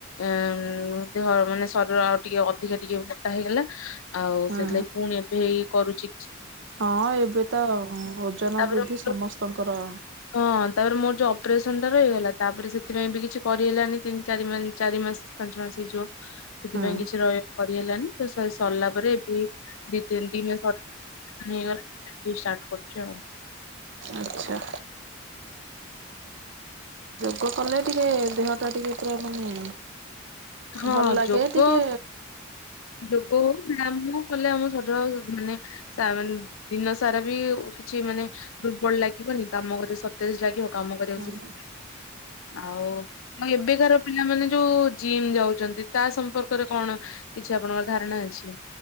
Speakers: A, on the left; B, on the right.
A: ଅଁ ଦେହ ମାନେ ଶରୀର ଆଉ ଟିକେ ଅଧିକା ଟିକେ ମୋ ଟା ହେଇଗଲା ଆଉ
B: ହୁଁ
A: ସେଥିଲାଗି ପୁଣି ଏବେ ଇଇ କରୁଚି
B: ହଁ ଏବେ ତ ଓଜନ
A: ତାପରେ
B: ବୃଦ୍ଧି ସମସ୍ତଙ୍କର।
A: ହଁ ତାପରେ ମୋର ଯୋଉ ଅପରେସନ ଟା ରହିଗଲା ତାପରେ ସେଥିପାଇଁ ବି କିଛି କରିହେଲାଣିି ତିନି ଚାରି ଚାରି ମାସ ପାଞ୍ଚ ମାସ ହେଇଯିବ ସେଥିପାଇଁ
B: ହୁଁ
A: କିଛି ରହ କରିହେଲାନି ସ ସରିଲା ପରେ ଏବେ ଦି ତିନ ଦିନ ନେଇଗଲା ଷ୍ଟାର୍ଟ କରୁଚି ଆଉ
B: ଆଚ୍ଛା। ଗ କଲେ ଟିକେ ଦେହଟା ଟିକେ ପୁରା ମାନେ
A: ହଁ
B: ଭଲ ଲାଗେ
A: ଯୋଗ
B: ଟିକେ
A: ଯୋଗ ହଉ ବ୍ୟାୟାମ ହଉ କଲେ ଆମ ଶରୀର ମାନେ ତା ମାନେ ଦିନ ସାରା ବି କିଛି ମାନେ ଦୁର୍ବଳ ଲାଗିବନି କାମ କରେ ସ ତେଜ୍‌ ଲାଗିବ କାମ କରିବାକୁ
B: ହୁଁ
A: ସବୁ ଆଉ ଆଉ ଏବେକାର ପିଲାମାନେ ଯୋଉ ଜିମ୍ ଯାଉଛନ୍ତି ତା ସମ୍ପର୍କରେ କଣ? କିଛି ଆପଣଙ୍କର ଧାରଣା ଅଛି